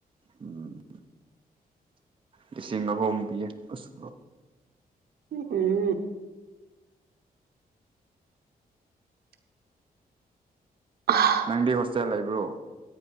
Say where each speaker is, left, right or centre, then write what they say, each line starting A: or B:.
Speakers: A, on the right; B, on the right.
A: ꯎꯝ ꯂꯤꯁꯤꯡ ꯑꯍꯨꯝ ꯄꯤꯌꯦ ꯑꯁ
B: ꯎ ꯎꯝ ꯑꯍ
A: ꯅꯪꯗꯤ ꯍꯣꯁꯇꯦꯜ ꯂꯩꯕ꯭ꯔꯣ